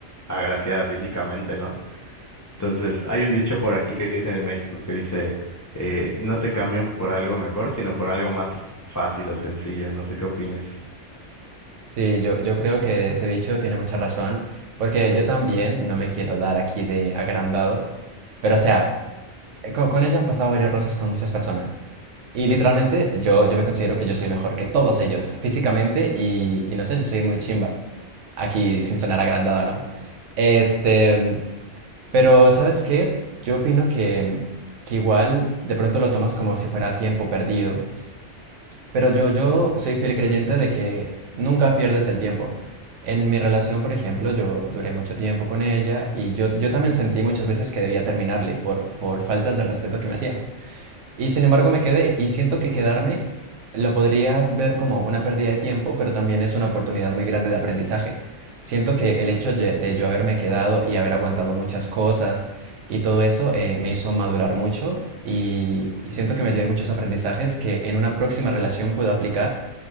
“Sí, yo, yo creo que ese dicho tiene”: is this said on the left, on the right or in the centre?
Right